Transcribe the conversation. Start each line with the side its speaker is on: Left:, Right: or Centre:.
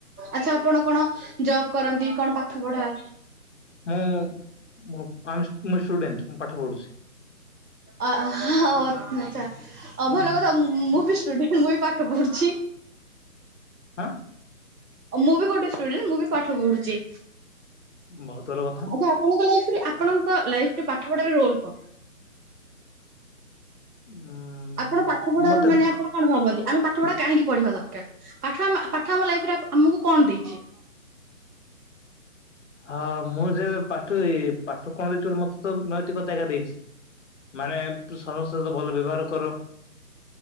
Right: ଆଛା ଆପଣ କଣ ଜବ୍ କରନ୍ତି କଣ ପାଠ ପଢା
Left: ମୁଁ ମୁଁ ଆମ୍ ମୁଁ ଷ୍ଟୁଡେଣ୍ଟ ମୁଁ ପାଠ ପଢ଼ୁଛି।
Right: ଆ ହ ଆଛା ଅ ଭଲ କଥା ମୁଁ ବି ଷ୍ଟୁଡେଣ୍ଟ ମୁଁ ବି ପାଠ ପଢୁଛି।
Left: ହାଁ।
Right: ମୁଁ ବି ଗୋଟେ ଷ୍ଟୁଡେଣ୍ଟ ମୁଁ ବି ପାଠ ପଢୁଛି।
Left: ବହୁତ୍ ଭଲ କଥା।
Right: ଆଚ୍ଛା ଆପଣଙ୍କ ଲାଇଫରେ ଆପଣଙ୍କ ଲାଇଫରେ ପାଠ ପଢାର ରୋଲ କଣ?
Left: ଉଁ
Right: ଆପଣ ପାଠ ପଢାର
Left: ମତେ
Right: ମାନେ ଆପଣ କଣ ଭାବନ୍ତି ଆମେ ପା ପାଠ ପଢା କାହିଁକି ପଢ଼ିବା ଦରକାର ପାଠ ଆମ ପାଠ ଆମ ଲାଇଫ୍ ଆପ ରେ ଆମକୁ କଣ ଦେଇଛି?
Left: ହଁ ମୁଁ ଯେବେ ପାଠୋଇ ପାଠ କଣ ଭିତରୁ ମତେ ତ ନୈତିକତା ଏକା ଦେଇଛି। ମାନେ ତୁ ସମସ୍ତଙ୍କ ସହ ଭଲ ବ୍ୟବହାର କର